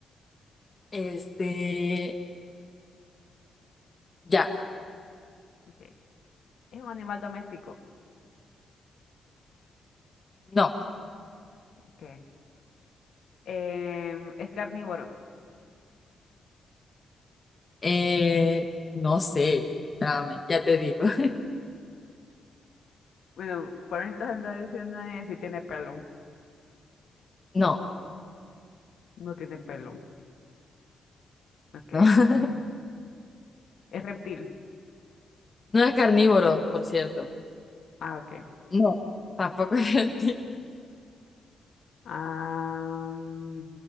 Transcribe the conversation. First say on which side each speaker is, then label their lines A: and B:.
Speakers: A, on the left; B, on the left.
A: Este, ya,
B: Okay. Es un animal doméstico.
A: no.
B: Okay. Em, es carnívoro.
A: Eh, no sé. Espérame, ya te digo. <laughs>
B: Bueno, por entonces la división no si tiene pelo.
A: No,
B: No tiene pelo. Okay.
A: no. <laughs>
B: Es reptil.
A: No es carnívoro, por cierto.
B: Ah, okay.
A: No, tampoco es <laughs> reptil.
B: Ah, mm,